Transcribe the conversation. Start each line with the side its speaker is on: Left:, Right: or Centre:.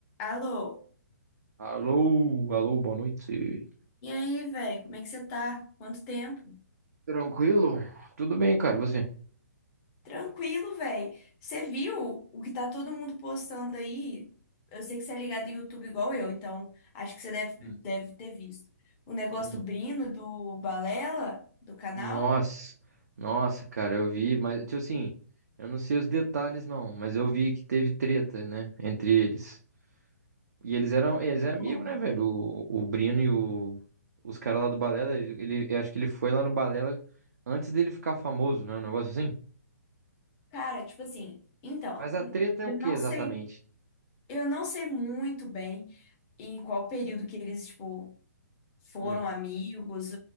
Left: Alô?
Right: Alô, alô, boa noite.
Left: E aí, velho? Como é que você tá? Quanto tempo?
Right: Tranquilo? Tudo bem, cara, você?
Left: Tranquilo, velho. Você viu o que tá todo mundo postando aí? Eu sei que você é ligado em YouTube igual eu, então acho que você deve,
Right: Hum,
Left: deve ter visto. O negócio
Right: hum.
Left: do Brino, do Balela, do canal.
Right: Nossa, nossa, cara, eu vi, mas, tipo assim, eu não sei os detalhes não, mas eu vi que teve treta, né, entre eles. E eles eram, eles eram
Left: Mano,
Right: amigos, né, velho? O, o Brino e o, os caras lá do Balela, ele, ele- eu acho que ele foi lá no Balela antes dele ficar famoso, né, um negócio assim.
Left: Cara, tipo assim, então,
Right: Mas a treta é
Left: eu
Right: o que
Left: não
Right: exatamente?
Left: sei, eu não sei muito bem em qual período que eles, tipo, foram
Right: Hum,
Left: amigos,